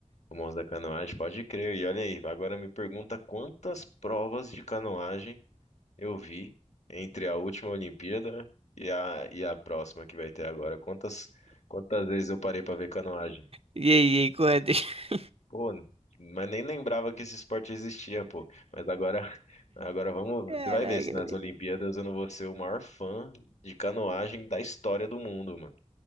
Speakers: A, on the left; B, on the right.
A: o monstro da canoagem. Pode crer. E olha aí, agora me pergunta quantas provas de canoagem Eu vi entre a última Olimpíada e a, e a próxima que vai ter agora. Quantas, quantas vezes eu parei pra ver canoagem?
B: E aí, quantas? <laughs>
A: Pô, mas nem lembrava que esse esporte existia, pô. Mas agora, <laughs> agora vamos,
B: Caraca,
A: você vai ver se nas Olimpíadas eu não vou ser o maior fã de canoagem da história do mundo, mano.